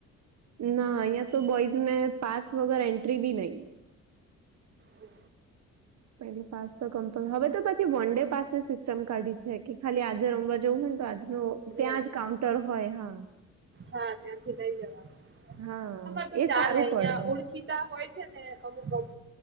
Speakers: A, on the right; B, on the right.
A: ના યા તો બોયઝ ને પાસ વગેર એન્ટ્રી ભી નહીં
B: હમ
A: એટલે પાસ તો ગમતો હવે તો પછી વન ડે પાસ ની સિસ્ટમ કાઢી છે કે ખાલી આજે રમવા જવું હોયને તો આજ ન ત્યાં
B: યસ
A: જ કાઉન્ટર હોય હા
B: હા ત્યાંથી લઈ જવાનું
A: હા
B: આમાર તો
A: એ
B: ચાલે
A: સારું
B: અહિયાં
A: પડે
B: ઓળખી હોય છે ને અમુક અમુક